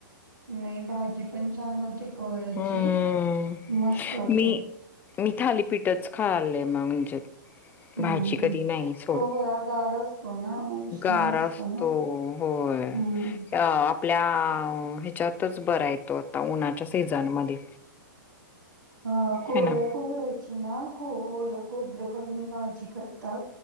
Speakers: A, on the right; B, on the left.
A: नाही भाजी पण छान होती कोळ्याची
B: हम्म.
A: मस्त होते.
B: मी मी थालीपीठच खायले मग म्हणजे.
A: <inaudible> हम्म
B: भाजी
A: हम्म,
B: कधी नाही सोड.
A: कोवळा गार असतो ना उष्ण
B: गारा
A: नसतो
B: असतो
A: ना हम्म,
B: होय. अ आपल्या आ ह्याच्यातच बरा तो आता उन्हाच्या सीझनमध्ये.
A: अ कोहळ्याची
B: है ना.
A: <unintelligible> आहे खची ना ख ओल खोब्र घलून भाजी करतात